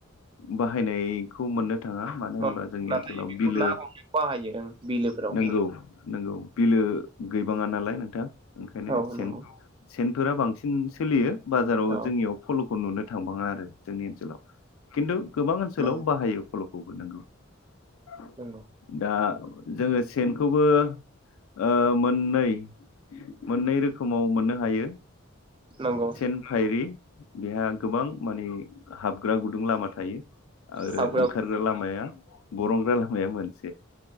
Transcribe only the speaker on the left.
बाहायनायखौ मोननो थाङा मानो होनोबा
जोंनि ओनसोलाव
बिलो
नंगौ नंगौ बिलो गैबाङा नालाय नोंथां। ओंखायनो।
<unintelligible>
सेनफोरा बांसिन सोलियो। बाजाराव
जोंनियाव फल'खौ नुनो थांबाङा आ रो जोंनि ओनसोलाव खिन्थु गोबां ओनसोलाव
बाहायो फल' <unintelligible>
दा जोङो सेनखौबो ओ मोननै मोननै रोखोमाव मोननो हायो
फाइरि बेहा गोबां माने हाबग्रा गुदुं लामा थायो आरो
ओंखारग्रा लामाया बरनग्रा लामाया मोनसे